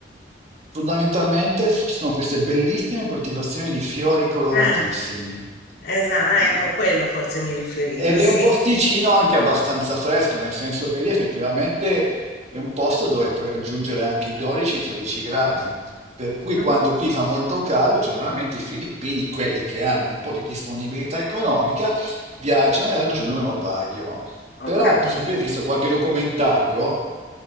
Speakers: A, on the right (about 40°); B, on the left (about 60°).
A: fondamentalmente f- ci sono queste bellissime coltivazioni di fiori coloratissimi.
B: Eh, esatto,
A: eh.
B: ecco, quello forse mi riferivo,
A: Ed
B: sì.
A: è un posticino anche abbastanza fresco, nel senso che lì effettivamente è un posto dove puoi raggiungere anche i 12-13 gradi. Per cui
B: Ah,
A: quando qui fa molto caldo, generalmente i filippini, quelli che hanno un po' di disponibilità economica, viaggiano e
B: eh,
A: raggiungono
B: no, no,
A: Baguio.
B: ho
A: Peraltro,
B: capito.
A: se tu hai visto qualche documentario,